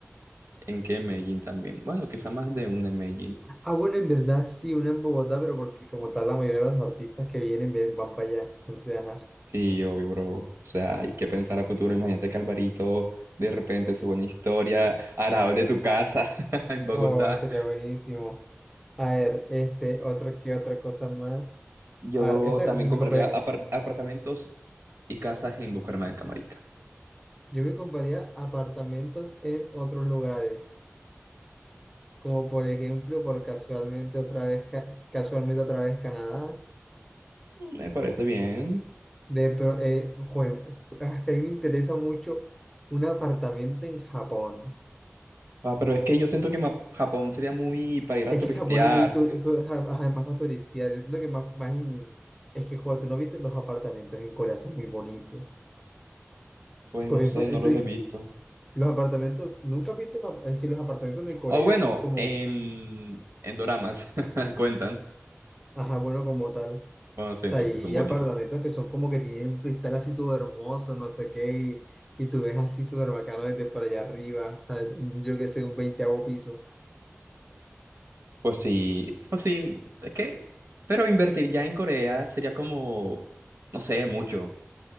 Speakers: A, on the right; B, in the centre.
A: ¿en qué? En Medellín también. Bueno, quizá más de una en Medellín.
B: Ah, bueno, en verdad sí, una en Bogotá, pero porque como tal la mayoría de los artistas que vienen ven- van para allá, entonces, ajá.
A: Sí, obvio, bro. O sea, hay que pensar a futuro. Imagínate que Alvarito de repente sube una historia arado de tu casa <laughs> en Bogotá.
B: Oh, sería buenísimo. A ver, este, otra, ¿qué otra cosa más?
A: Yo
B: A ver, esa,
A: también
B: si
A: compraría
B: me compraría,
A: apar- apartamentos y casas en Bucaramanga, marica.
B: yo me compraría apartamentos en otros lugares. como por ejemplo, por casualmente otra vez, Ca- casualmente otra vez Canadá.
A: Me parece bien.
B: De, pro- eh, jue- ah, que a mí me interesa mucho un apartamento en Japón.
A: Ah, pero es que yo siento que Ma- Japón sería muy para ir
B: Es
A: a turistear.
B: que Japón es muy tur- es que Ja- ajá, es más para turistear. Yo siento que más, más in- es que cuando tú no viste los apartamentos en Corea son muy bonitos.
A: Pues
B: Porque
A: no sé,
B: eso, eso
A: no los
B: es-
A: he visto.
B: los apartamentos, nunca viste, los ap- es que los apartamentos de Corea
A: O bueno,
B: son como,
A: en, en doramas <laughs> cuentan.
B: ajá, bueno, como tal.
A: Bueno, sí,
B: sea,
A: entonces
B: hay
A: son bonitos.
B: apartamentos que son como que tienen un cristal así todo hermoso, no sé qué, y, y tú ves así súper bacano desde por allá arriba, o sea, desde un- yo qué sé, un veinteavo piso. O
A: Pues sí, pues sí, es que, pero invertir ya en Corea sería como, no sé, mucho.